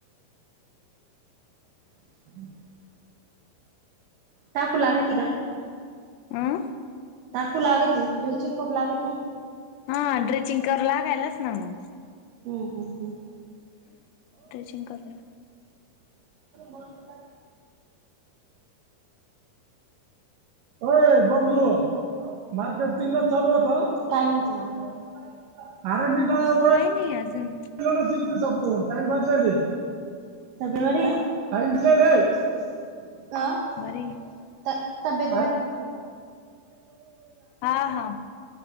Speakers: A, on the right; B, on the left.
A: <unintelligible> टाकू लागती का?
B: आं
A: टाकू लागती, ड्रिचिंग करू लागती.
B: हा ड्रिचिंग करु लागायलास ना मग.
A: हम्म हम् हम्म.
B: ड्रेसिंग करला.
A: मोठू ला. ओय बबलू मार्केट तीनलाच चालू होत काय म्हणती मग अजून. आरं मी. <unintelligible>
B: <unintelligible> नाहीया अजून.
A: <unintelligible> टाइम पास झालयं. <unintelligible> अ.
B: भरीत.
A: त तब्बे.
B: हा हा